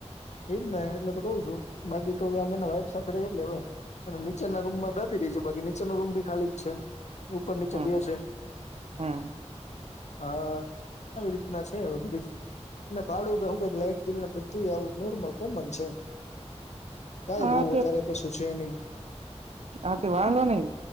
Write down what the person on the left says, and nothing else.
એ એ જ ને એટલે તો કઉ છું બાકી તો અવે ન વાઈફ સાથે <unintelligible> અને નીચેના રૂમમાં દ <unintelligible> છે બાકી નીચેનો રૂમ ભી ખાલી જ છે. ઉપર નીચે
બે છે
હા. આવી રીતના છે, હવે બધી અને ભાડું હું કે લાઈટ બિલ ને બધું આવું નોરમલ કોમન છે. કઈ
બોવ વધારે કશું છે નય